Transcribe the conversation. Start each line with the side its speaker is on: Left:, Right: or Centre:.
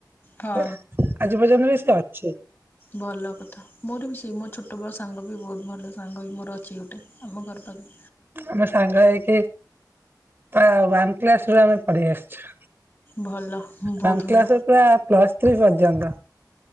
Left: ହଁ
Right: ଆଜି ପର୍ଯ୍ୟନ୍ତ ବି ସେ ଅଛି।
Left: ଭଲ କଥା ମୋର ବି ସେଇ ମୋ ଛୋଟବେଳ ସାଙ୍ଗ ବି ବହୁତ ଭଲ ସାଙ୍ଗ ହୋଇ ମୋର ଅଛି ଗୋଟେ। ଆମ ଘର ପାଖେ।
Right: ଆମେ ସାଙ୍ଗ ହେଇକି ପ୍ରାୟ ୱାନ୍ କ୍ଲାସ୍ ରୁ ଆମେ ପଢ଼ି ଆସିଛୁ।
Left: ଭଲ ବହୁତ
Right: ୱାନ୍
Left: ଭଲ
Right: କ୍ଲାସ୍ ରୁ ପୁରା ପ୍ଲସ ଥ୍ରୀ ପର୍ଯ୍ୟନ୍ତ।